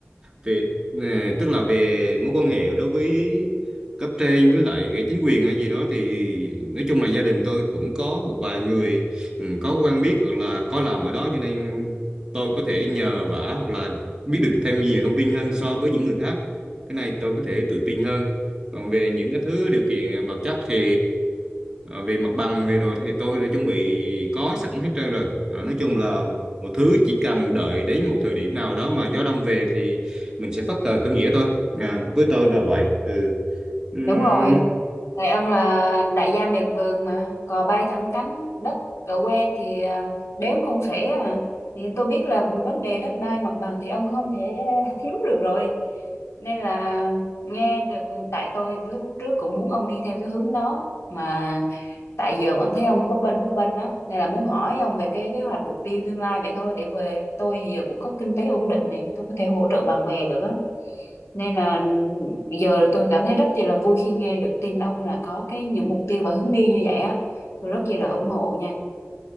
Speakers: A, on the right; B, on the left.
A: về nè, tức là về mối quan hệ đối với cấp trên với lại cái chính quyền hay gì đó thì nói chung là gia đình tôi cũng có một vài người ừ, có quen biết hoặc là có làm ở đó cho nên tôi có thể nhờ vả hoặc là biết được thêm nhiều thông tin hơn so với những người khác cái này tôi có thể tự tin hơn còn về những cái thứ điều kiện vật chất thì Ờ, về mặt bằng về rồi thì tôi đã chuẩn bị có sẵn hết trơn rồi Ờ, nói chung là một thứ chỉ cần đợi đến một thời điểm nào đó mà gió đông về thì mình sẽ phất cờ khởi nghĩa thôi à, với tôi là vậy ừ. Ừm,
B: đúng rồi Tại ông là đại gia miệt vườn mà, cò bay thẳng cánh, đất ở quê thì à, đếm không xuể mà. Thì tôi biết là vấn đề đất đai mặt bằng thì ông không thể <laughs> thiếu được rồi. Nên là nghe được tại tôi lúc trước cũng muốn ông đi theo cái hướng đó mà tại giờ vẫn thấy ông bấp bênh bấp bênh đó nên là muốn hỏi ông về cái kế hoạch mục tiêu tương lai vậy thôi để về tôi giờ cũng có kinh tế ổn định này tôi có thể hỗ trợ bạn bè được á nên là giờ tôi cảm thấy rất chi là vui khi nghe được tin ông là có cái những mục tiêu và hướng đi như vậy á tôi rất chi là ủng hộ nha